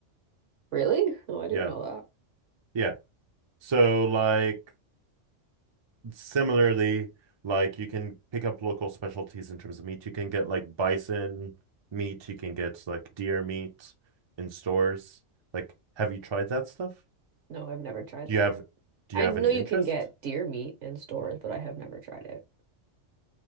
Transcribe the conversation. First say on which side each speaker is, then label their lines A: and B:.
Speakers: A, on the right (about 70°); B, on the right (about 35°).
A: Really? Oh, I didn't
B: yeah
A: know that.
B: yeah so like similarly like you can pick up local specialties in terms of meat you can get like bison meat you can get like deer meat in stores like have you tried that stuff
A: No, I've never tried
B: do
A: that.
B: you have do
A: I
B: you have
A: know
B: an interest
A: you can get deer meat in stores, but I have never tried it.